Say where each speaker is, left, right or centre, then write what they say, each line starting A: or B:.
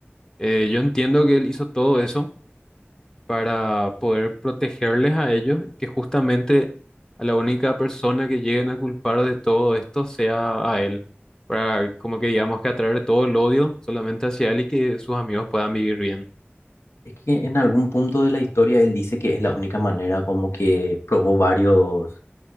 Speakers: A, on the left; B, on the left.
A: Eh, yo entiendo que él hizo todo eso para poder protegerles a ellos y que justamente a la única persona que lleguen a culpar de todo esto sea a él, para como que digamos que atraer todo el odio solamente hacia él y que sus amigos puedan vivir bien.
B: Es que en algún punto de la historia él dice que es la única manera como que probó varios